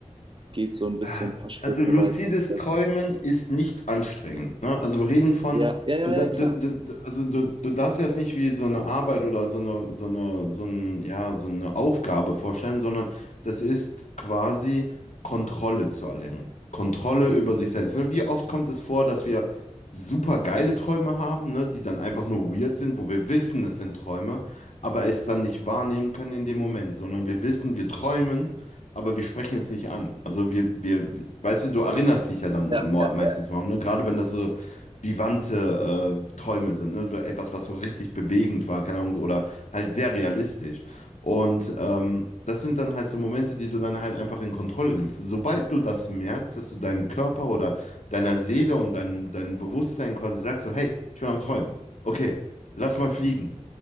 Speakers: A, on the right; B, on the left.
A: geht so ein bisschen
B: Äh,
A: ein paar Schritte
B: Also luzides
A: weiter. so
B: Träumen ist nicht anstrengend. Ne? Also wir reden von,
A: Ja, ja, ja,
B: du, da-
A: ja,
B: du,
A: klar.
B: du, du- also du, du darfst dir das nicht wie so eine Arbeit oder so eine, so eine, so ein, ja, so eine Aufgabe vorstellen, sondern das ist quasi Kontrolle zu erlernen. Kontrolle über sich selbst. Ne? Wie oft kommt es vor, dass wir super geile Träume haben, ne? Die dann einfach nur weird sind, wo wir wissen, es sind Träume, aber es dann nicht wahrnehmen können in dem Moment, sondern wir wissen, wir träumen. aber wir sprechen es nicht an. Also wir, wir, weißt du, du erinnerst dich ja dann
A: Ja,
B: mo-
A: ja,
B: meistens
A: ja.
B: morgen, ne? Gerade wenn das so vivante äh, Träume sind, ne? So Etwas, was so richtig bewegend war, keine Ahnung, oder halt sehr realistisch. Und ähm, das sind dann halt so Momente, die du dann halt einfach in Kontrolle nimmst. Sobald du das merkst, dass du deinem Körper oder deiner Seele und dein, deinem Bewusstsein quasi sagst, so, hey, ich bin am Träumen. Okay, lass mal fliegen.